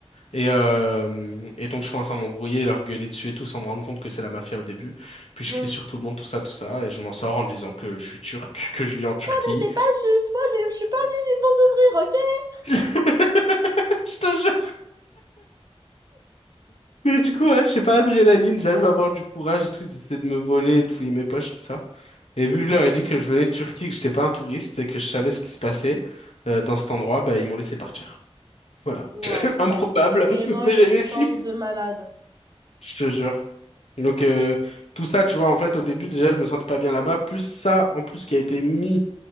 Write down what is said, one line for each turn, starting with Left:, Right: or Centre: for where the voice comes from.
Left: Et, euh, et donc, je commence à m'embrouiller, leur gueuler dessus et tout, sans me rendre compte que c'est la mafia au début. Puis, je
Right: <laughs>
Left: crie sur tout le monde, tout ça, tout ça. Et je m'en sors en disant que je suis turc, que je vis en Turquie.
Right: Non mais c'est pas juste, moi j'ai je suis pas venue ici pour souffrir, OK?
Left: <laughs> Je te jure. Mais du coup, ouais, je sais pas, adrénaline, j'arrive à avoir du courage et tout. Ils essaient de me voler, et de fouiller mes poches, tout ça. Et vu que je leur ai dit que je venais de Turquie, que j'étais pas un touriste et que je savais ce qui se passait euh, dans cet endroit, bah, ils m'ont laissé partir. Voilà.
Right: Waouh,
Left: <laughs>
Right: ça
Left: Improbable,
Right: a été vraiment
Left: mais
Right: une
Left: j'ai réussi.
Right: chance de malade.
Left: Je te jure. Donc, euh, tout ça, tu vois, en fait, au début, déjà, je me sentais pas bien là-bas. Plus ça, en plus, qui a été mis